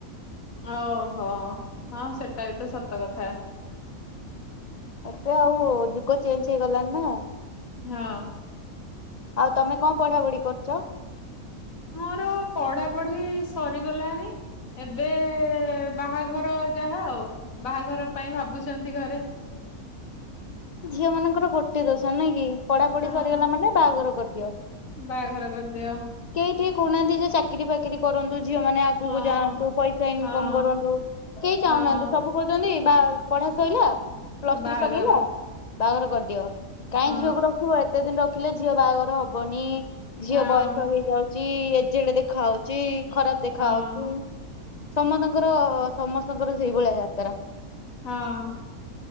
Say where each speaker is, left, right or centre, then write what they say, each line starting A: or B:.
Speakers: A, on the left; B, on the left.
A: ଓହୋ ହଁ ସେଟା ବି ତ ସତ କଥା।
B: ଏବେ ଆଉ ଯୁଗ ଚେଞ୍ଜ ହେଇଗଲାଣି ନା।
A: ହଁ।
B: ଆଉ ତମେ କଣ ପଢା ପଢି କରୁଛ?
A: ମୋର ପଢାପଢି ସରିଗଲାଣି। ଏବେ ବାହାଘର ଯାହା ଆଉ ବାହାଘର ପାଇଁ ଭାବୁଛନ୍ତି ଘରେ।
B: ଝିଅ ମାନଙ୍କର ଗୋଟେ ଦୋଷ ନାଇଁ କି ପଢା ପଢି
A: ହଁ
B: ସରିଗଲା ମାନେ ବାହାଘର କରିଦିଅ।
A: ବାହାଘର କରିଦିଅ।
B: କେହି ଟିକେ କହୁନାହାନ୍ତି ଯେ ଚାକିରି ଫାକିରି କରନ୍ତୁ ଝିଅ ମାନେ ଆ ଆଗକୁ
A: ହଁ
B: ଯାଆନ୍ତୁ ପଇସା ଇନକମ
A: ହଁ
B: କରନ୍ତୁ କେହି
A: ହଁ
B: ଚାହୁଁନାହାନ୍ତି ସବୁ କହୁଛନ୍ତି ବା ପଢା ସଇଲା ପ୍ଲସ୍
A: ବାହାଘର
B: ଥ୍ରୀ ସରିଗଲା ବାହାଘର କରିଦିଅ। କାହିଁ
A: ହଁ
B: ଝିଅକୁ ରଖିବ ଏତେ ଦିନ ରଖିଲେ ଝିଅ ବାହାଘର ହବନି ଝିଅ
A: ହଁ
B: ବୟସ ହେଇଯାଉଛି ଚି ଏଜେଡେ ଦେଖା ହଉଛି ଖରାପ ଦେଖା
A: ହଁ
B: ଯାଉଛି। ସମସ୍ତଙ୍କର ସମସ୍ତଙ୍କର ସେଇ ଭଳିଆ ଯାତ୍ରା।
A: ହଁ